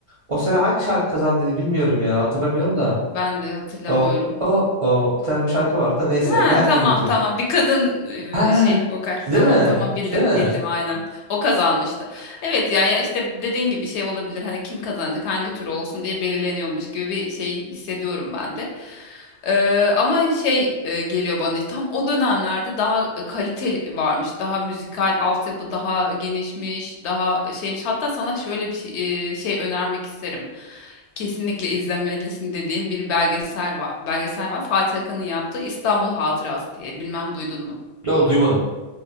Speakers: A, on the right; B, on the left.
A: O sene hangi şarkı kazandıydı bilmiyorum ya hatırlamıyorum da.
B: ben de hatırlamıyorum.
A: O o o bir tane bir şarkı vardı da neyse
B: Ha
A: <laughs> ben
B: tamam
A: de unuttum.
B: tamam bir kadın
A: Ha,
B: e, şey vokal
A: değil
B: tamam
A: mi?
B: tamam bildim
A: Değil mi?
B: bildim aynen o kazanmıştı. Evet ya ya işte dediğin gibi şey olabilir hani kim kazanacak hangi tür olsun diye belirleniyormuş gibi bir şey hissediyorum ben de. Eee, ama şey e, geliyor bana işte, tam o dönemlerde daha kaliteli varmış. Daha müzikal altyapı daha genişmiş, daha şeymiş. Hatta sana şöyle bir şey, e, şey önermek isterim. Kesinlikle izlemelisin dediğim bir belgesel var. Belgesel var. Fatih Akın'ın yaptığı İstanbul Hatırası diye. Bilmem duydun mu?
A: Yo duymadım.